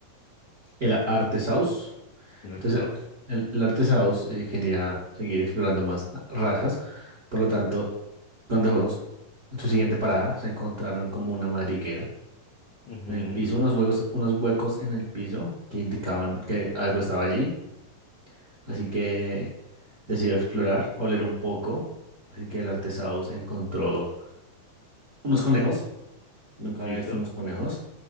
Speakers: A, on the right (about 35°); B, on the left (about 80°).
A: El Artesaurus.
B: el
A: Entonces,
B: retesaus.
A: el, el Artesaurus eh, quería seguir explorando más razas. Por lo tanto, cuando s- en su siguiente parada se encontraron como una madriguera.
B: Ujú,
A: En el piso, unos huecos, unos huecos en el piso que indicaban que algo estaba allí. Así que decidió explorar, oler un poco. Así que el Artesaurus encontró unos conejos. Nunca había
B: ¿Listo?
A: visto unos conejos.